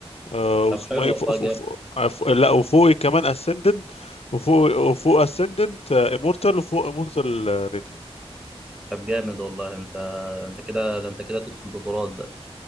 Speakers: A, on the left; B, in the centre.
A: آه واسمه
B: طب حلو
A: ايه
B: والله
A: فوق فوق
B: جامد
A: فوق عف- لا وفوقي كمان اسندنت وفوق وفوق اسندنت امورتال وفوق امورتال ريدي
B: طب جامد والله انت انت كده ده انت كده تدخل بطولات بقى